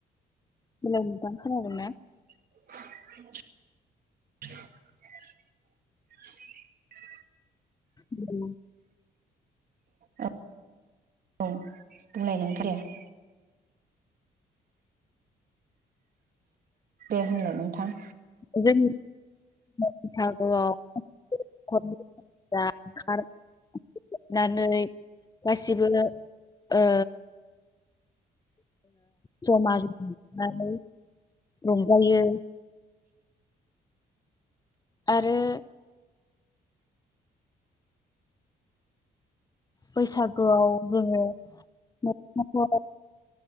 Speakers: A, on the left; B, on the right.
A: हेल' नोंथां खोनादों ना?
B: <inaudible>
A: औ।
B: औ औ बुंलाय <unintelligible> दे होनलाय नोंथां।
A: जों बैसागुआव <unintelligible> <unintelligible> नुनानै गासिबो ओ जमा जनानै रंजायो। आरो। बैसागोआव जोङो न'खराव